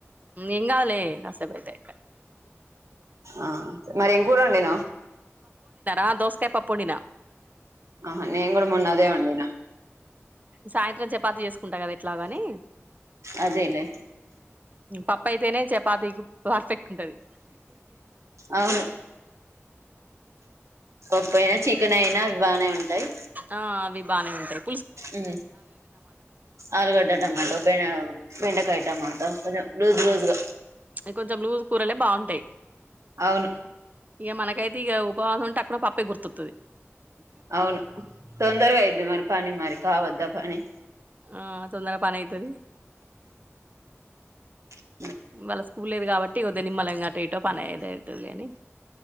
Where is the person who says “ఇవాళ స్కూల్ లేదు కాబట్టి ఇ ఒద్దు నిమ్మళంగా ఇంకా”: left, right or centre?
Right